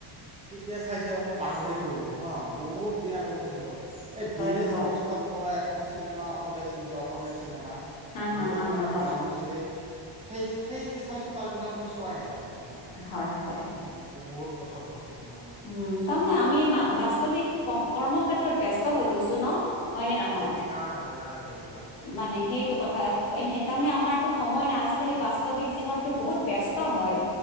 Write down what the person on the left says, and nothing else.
হয়
হয়
হা হা
হা হা
হয়
হয় হয়
উম', তাৰমানে আমি বাস্তৱিক কৰ্ম ক্ষেত্ৰত ব্যস্ত হৈ গৈছো ন? হয় নহয়।
মানে সেইটো কথা এনে তাৰমানে আমাৰতো সময় নাই আজি আজিকালি বাস্তৱিক জীৱনতটো বহুত বস্ত হয়